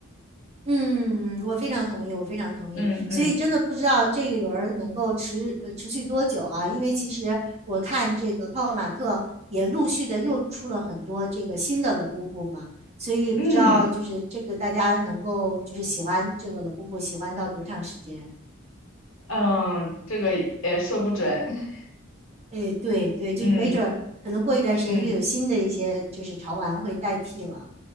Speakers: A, on the right (about 30°); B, on the left (about 65°).
A: 嗯，我非常同意，我非常同意。
B: 嗯嗯
A: 所以真的不知道这一轮儿能够持呃持续多久啊？因为其实我看这个泡泡玛特也陆续的又出了很多这个新的乐布布嘛，所以不知道就是这个大家能够就是喜欢这个乐布布喜欢到多长时间？
B: 嗯嗯，这个也说不准，<laughs>
A: 哎，对对，就没准儿可能过一段时间又有新的一些就是潮玩会代替了。
B: 嗯嗯，